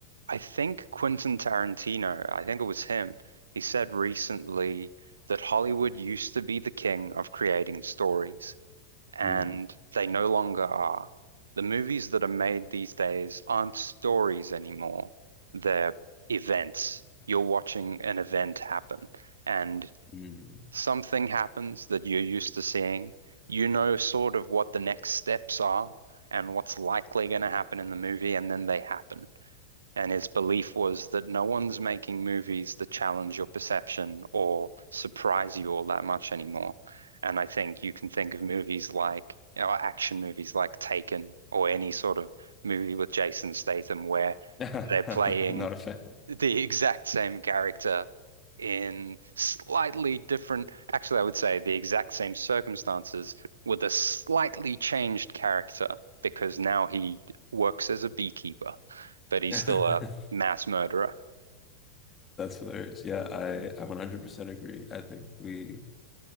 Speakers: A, on the right; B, on the left.
A: I think Quentin Tarantino, I think it was him, he said recently that Hollywood used to be the king of creating stories. and
B: Mm,
A: they no longer are. The movies that are made these days aren't stories anymore. They're events. You're watching an event happen, and
B: mm.
A: something happens that you're used to seeing. You know sort of what the next steps are and what's likely going to happen in the movie, and then they happen. And his belief was that no one's making movies that challenge your perception or surprise you all that much anymore. And I think you can think of movies like, or action movies like Taken or any sort of movie with Jason Statham where
B: <laughs>
A: they're playing
B: Not a fan.
A: the exact same character in slightly different, actually, I would say the exact same circumstances with a slightly changed character because now he works as a beekeeper,
B: <laughs>
A: but he's
B: That's
A: still a mass murderer.
B: hilarious. Yeah, I, I 100% agree. I think we